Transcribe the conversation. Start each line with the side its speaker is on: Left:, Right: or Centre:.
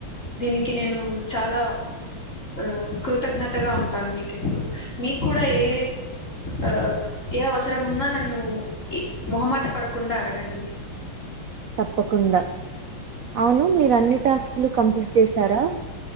Left: దీనికి నేను చాలా ఆ కృతజ్ఞతగా ఉంటాను మీకెప్పుడు మీకు కూడా ఏ ఆ ఏ అవసరమున్నా నన్ను ఈ మొహమాట పడకుండా అడగండి
Right: తప్పకుండా అవును మీరు అన్ని టాస్కులు కంప్లీట్ చేశారా